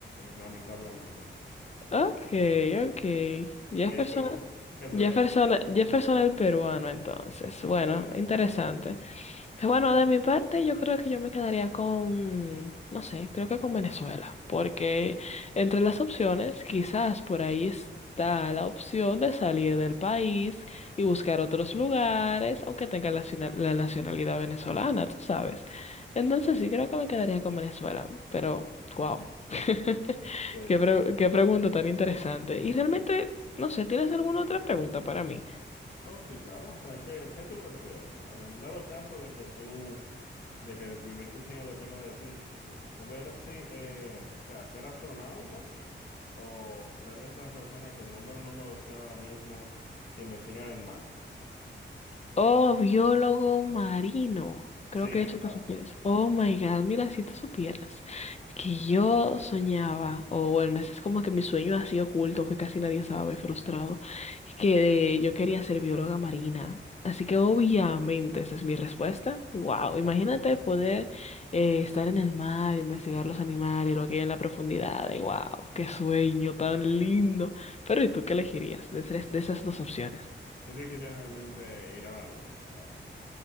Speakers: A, on the left; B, on the left.
A: lamentablemente.
B: Ok, ok. Jefferson,
A: ¿Y tú? ¿Qué te
B: Jefferson,
A: dije?
B: Jefferson el peruano, entonces. Bueno,
A: Sí, sí,
B: interesante.
A: claro.
B: Bueno, de mi parte, yo creo que yo me quedaría con, no sé, creo que con Venezuela, porque entre las opciones, quizás por ahí está la opción de salir del país y buscar otros lugares, aunque tenga la, nacional- la nacionalidad venezolana, tú sabes. Entonces sí, creo que me quedaría con Venezuela, pero wow. <laughs>
A: Sí,
B: Qué
A: sí.
B: pre- qué pregunta tan interesante. Y realmente, no sé, ¿tienes alguna otra pregunta para mí?
A: Oh, sí, claro. O sea, ¿qué, qué tú prefieres? En dado caso de que tú, de que vivir tus sueños dependa de ti, o, o ver así, eh, o sea, ser astronauta o ser de estas personas que el nombre no me lo sé ahora mismo, que investigan el mar.
B: Oh, biólogo marino. Creo
A: Sí,
B: que a eso
A: exacto.
B: te refieres. Oh my God, mira, si tú supieras que yo soñaba, o bueno, ese es como que mi sueño así oculto que casi nadie sabe, frustrado, que yo quería ser bióloga marina. Así que obviamente esa es mi respuesta. Wow, imagínate poder eh, estar en el mar, investigar los animales, lo que hay en la profundidad. Wow, qué sueño tan lindo. Pero ¿y tú qué elegirías de esas de esas dos opciones?
A: Yo elegiría realmente ir a la luna. O sea, o